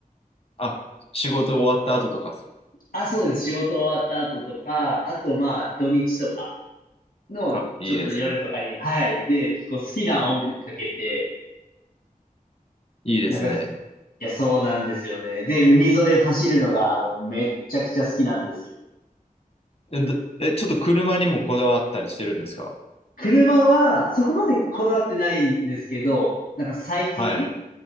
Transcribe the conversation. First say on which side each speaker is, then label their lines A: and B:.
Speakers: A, on the left (about 45°); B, on the left (about 80°).
A: あ、仕事終わった後とかですか
B: あ、そうです。仕事終わった後とか、あとまあ土日とかの、
A: あ、いいですね。
B: ちょっと夜とかに、はい。で、こう好きな音楽かけて、
A: いいですね。
B: なんか、いや、そうなんですよね。で、海沿い走るのが、あの、めっちゃくちゃ好きなんですよ。
A: え、どえちょっと車にもこだわったりしてるんですか
B: 車は、そこまでこだわってないんですけど、なんか最近、
A: はい。